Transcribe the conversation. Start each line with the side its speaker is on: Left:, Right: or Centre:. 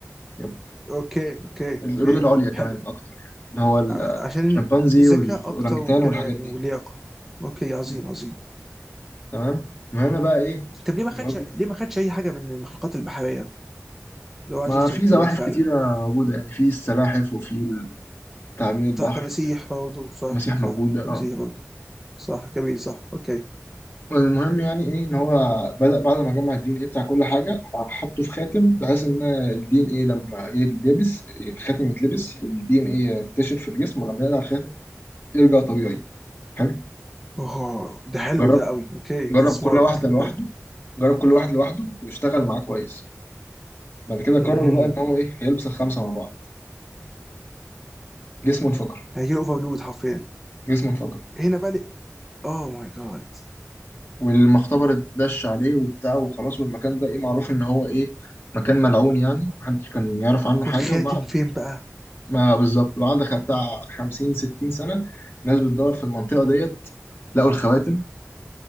Left: يب.
Centre: اوكي اوكي
Left: القرود
Centre: اوكي
Left: العليا كمان
Centre: حلو
Left: اكتر يعني اللي هو ال-
Centre: ع-
Left: آه،
Centre: عشان
Left: الشمبانزي
Centre: ذكاء
Left: والاورانجتان
Centre: اكتر وكده
Left: والحاجات
Centre: يعني
Left: دي
Centre: ولياقه اوكي عظيم
Left: مم.
Centre: عظيم
Left: تمام المهم بقى ايه
Centre: طب ليه ما
Left: الراجل
Centre: خدش ليه ما خدش اي حاجه من المخلوقات البحريه لو عايز
Left: ما
Centre: يوصل
Left: في
Centre: للكمال
Left: زواحف
Centre: فعلا
Left: كتيرة موجودة يعني في السلاحف وفي تعابين البحر
Centre: صح تماسيح برضه صح
Left: المسيح
Centre: صح
Left: موجودة اه
Centre: تماسيح برضه صح جميل صح اوكي
Left: المهم يعني ايه ان هو بدأ بعد ما جمع الدي ان ايه بتاع كل حاجة حطه في خاتم بحيث ان الدي ان ايه لما يتلبس الخاتم يتلبس الدي ان ايه ينتشر في الجسم ولما يقلع الخاتم يرجع طبيعي حلو
Centre: اوه ده حلو
Left: جرب
Centre: ده قوي اوكي
Left: جرب
Centre: سمارت
Left: كل واحدة لوحده
Centre: حلو
Left: جرب كل واحد لوحده واشتغل معاه كويس بعد كده قرر
Centre: امم
Left: بقى ان هو ايه هيلبس الخمسة مع بعض جسمه انفجر
Centre: هيجي اوفرلود حرفيا
Left: جسمه انفجر
Centre: هنا بقى لي اوه ماي جاد
Left: والمختبر اتدش عليه وبتاع وخلاص والمكان ده ايه معروف ان هو ايه مكان ملعون يعني محدش كان يعرف عنه حاجة
Centre: والخاتم
Left: وبعد
Centre: فين بقى
Left: ما بالظبط بعد خ- بتاع 50 60 سنة ناس بتدور في المنطقة ديت لقوا الخواتم